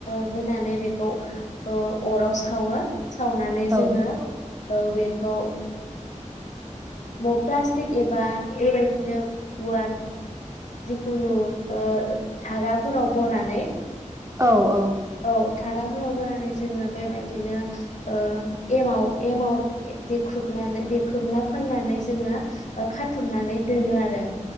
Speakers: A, on the left; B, on the right.
A: <unintelligible> होनानै बेखौ ओ अराव सावो सावनानै जोङो
B: औ नंगौ
A: ओ बे खौ ओ प्लास्टिक एबा बेबायदिनो गुवार जिखुनु ओ धाराफोराव बनानै
B: औ औ।
A: औ धाराफोराव बनानै जोङो बेबायदिनो ओ एमाव एमाव देख्रुबनानै देख्रुबना फुननानै जोङो ओ खाथुमनानै दोनो आरो।